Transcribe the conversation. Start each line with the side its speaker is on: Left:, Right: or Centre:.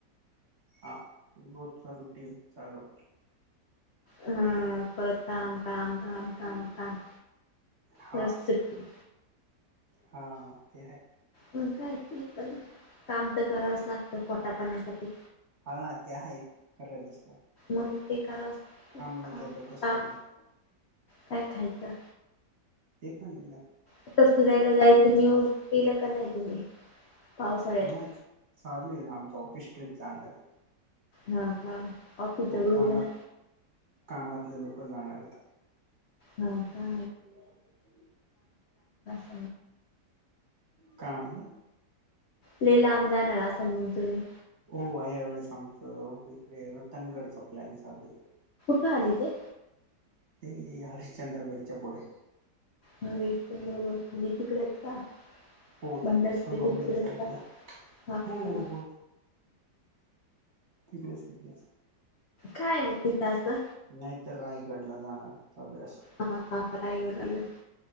Right: हा रोजचा रुटीन चालू.
Left: हम परत काम काम काम काम काम.
Right: हा
Left: रेसिपी.
Right: हा ते आहे.
Left: प काय पण काम तर करावंच लागतं पोटा पाण्यासाठी.
Right: हा त्या आहे करलंस.
Left: मंग ते करा
Right: न
Left: खा.
Right: केल्यावर कसं होणार
Left: काय खायचं?
Right: ते पणलं
Left: आता फिरायला जायचं नियोजन केलं का नाही तुम्ही? पावसाळ्यात
Right: नाही. चालू आहे ना आमच ऑफिस ट्रीप जाणारय.
Left: हा का ऑफिसचा
Right: हो
Left: ग्रुप
Right: कामात
Left: झाला
Right: कामातले लोक जाणार आता
Left: हो का
Right: ह
Left: म
Right: काय म्हणले
Left: ल्ये लाम जाणार असल मग तुम्ही
Right: हो या वेळेस आमचं इकडे रतनगडचा प्लॅन चालू
Left: कुठ आले ते
Right: ते हरिश्चंद्रगडच्या पुढे
Left: हरी कुंड वगैरे म्हणजे तिकडे आहेत का
Right: हो
Left: भंडारदऱ्याच्या
Right: तिकडचं संगमनेर
Left: तिकडेच
Right: साईड
Left: का
Right: ला
Left: हा
Right: हो हो
Left: हा
Right: हो तिकडेच तिकडेच
Left: काय मग तिथं असं
Right: नाहीतर रायगडला जाणार चालू आहे असं
Left: हा हा कराय गलो